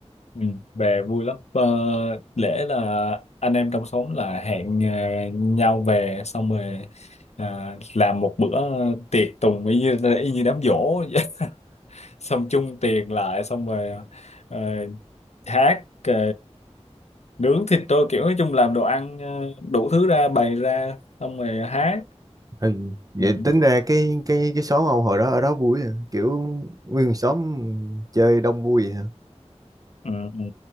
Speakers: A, on the left (about 70°); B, on the right (about 30°).
A: Ừ, về vui lắm Ờ, lễ là anh em trong xóm là hẹn ờ, nhau về xong rồi à, làm một bữa tiệc tùng y như, y như đám giỗ <laughs> vậy. xong chung tiền lại xong rồi ờ, hát ờ, nướng thịt tôi kiểu nói chung làm đồ ăn ờ, đủ thứ ra bày ra xong rồi hát
B: Ừ. Vậy
A: ừ,
B: tính ra cái cái cái xóm ông hồi đó ở đó vui à? Kiểu nguyên xóm chơi đông vui vậy hả?
A: ừ, ừ.